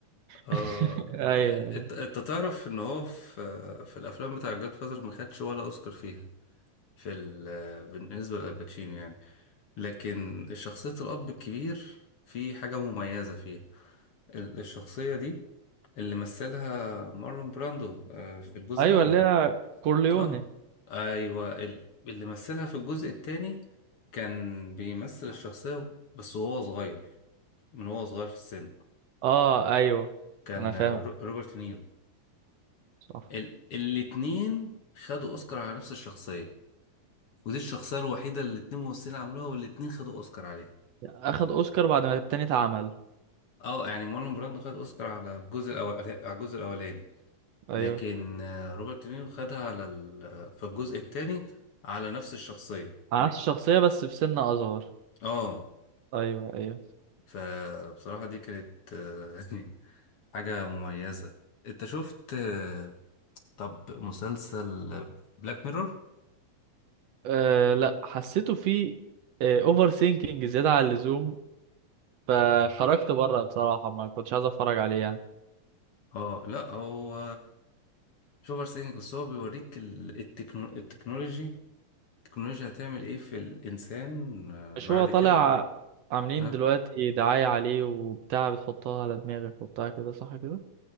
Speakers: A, on the left; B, on the right.
A: اه
B: <laughs> ايوه ايوه
A: انت انت تعرف ان هو في في الافلام بتاع جاد فازر ما خدش ولا اوسكار فيها في ال... بالنسبه لالباتشينو يعني لكن شخصيه الاب الكبير في حاجه مميزه فيها ال- الشخصيه دي اللي مثلها مارلون براندو آه، في الجزء
B: ايوه
A: الاول
B: اللي هي كورليوني
A: اه ايوه ال- اللي مثلها في الجزء الثاني كان بيمثل الشخصيه بس وهو صغير من وهو صغير في السن
B: اه ايوه
A: كان
B: انا فاهم
A: آه، رو- روبرت نيرو
B: صح
A: ال... الاتنين خدوا اوسكار على نفس الشخصيه ودي الشخصيه الوحيده اللي الاتنين ممثلين عملوها والاتنين خدوا اوسكار عليها
B: اخد اوسكار بعد ما التاني اتعمل
A: اه يعني مارلون براندو خد اوسكار على الجزء الاول على الجزء الاولاني
B: ايوه
A: لكن آه، روبرت نيرو خدها على ال... في الجزء الثاني على نفس الشخصيه
B: على نفس الشخصيه بس في سن اصغر
A: اه
B: ايوه ايوه
A: فبصراحه دي كانت آه، <laughs> حاجه مميزه انت شفت آه، طب مسلسل بلاك ميرور
B: أه لا حسيته فيه اوفر ثينكينج زياده عن اللزوم فخرجت بره بصراحه ما كنتش عايز اتفرج عليه يعني
A: اه لا هو مش اوفر سينج بس هو بيوريك ال- التكنو... التكنولوجي التكنولوجيا هتعمل ايه في الانسان آه،
B: مش
A: بعد
B: هو طالع
A: كده
B: عاملين
A: ها
B: دلوقتي دعايه عليه وبتاع بتحطها على دماغك وبتاع كده صح كده